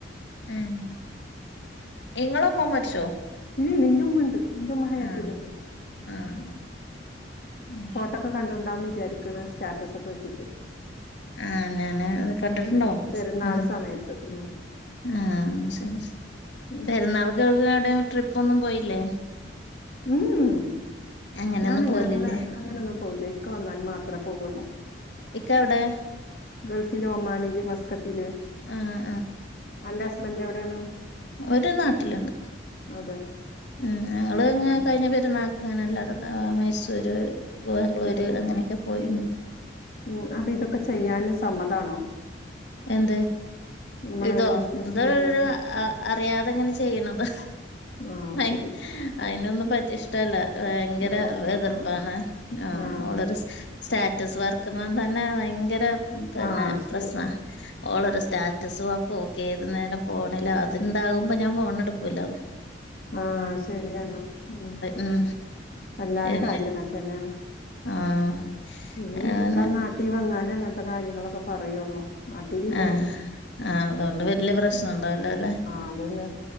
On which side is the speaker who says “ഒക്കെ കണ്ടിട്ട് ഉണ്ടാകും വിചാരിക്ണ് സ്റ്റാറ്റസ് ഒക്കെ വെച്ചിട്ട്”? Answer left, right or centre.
Left